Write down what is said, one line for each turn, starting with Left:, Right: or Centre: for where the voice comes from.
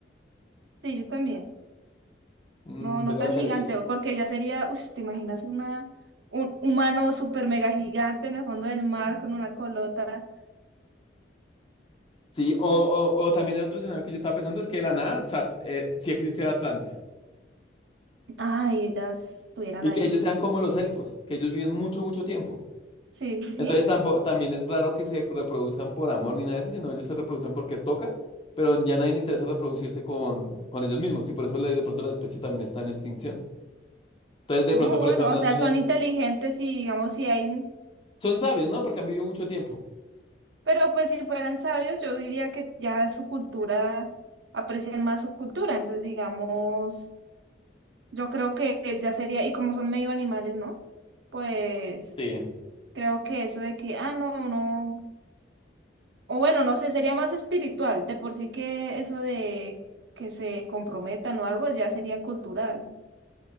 Right: sí, yo también.
Left: Mm,
Right: No,
Left: sería
Right: no tan
Left: bacán.
Right: gigante,
Left: Y-
Right: porque ya sería, uff, ¿te imaginas una, un humano super mega gigante en el fondo del mar con una colota?
Left: sí, o, o, o también el otro escenario que yo estaba pensando es que de la nada sa- eh, sí existe el Atlantis.
Right: Ay, ellas estuvieran
Left: Y
Right: ahí.
Left: que ellos sean como los elfos, que ellos viven mucho, mucho tiempo.
Right: Sí, sí, sí.
Left: Entonces tampoco, también es raro que se reproduzcan por amor ni nada de eso, sino ellos se reproducen porque toca, pero ya nadie le interesa reproducirse con, con ellos mismos. Y por eso le- de pronto la especie también está en extinción. Entonces de
Right: Ah,
Left: pronto por
Right: bueno,
Left: eso hablan
Right: o sea,
Left: una...
Right: son inteligentes y digamos si hay,
Left: Son sabios, ¿no? Porque han vivido mucho tiempo.
Right: pero pues si fueran sabios, yo diría que ya su cultura, aprecian más su cultura, entonces digamos, yo creo que ya sería, y como son medio animales, ¿no? Pues
Left: Sí.
Right: creo que eso de que, ah, no, no, o bueno, no sé, sería más espiritual, de por sí que eso de que se comprometan o algo ya sería cultural,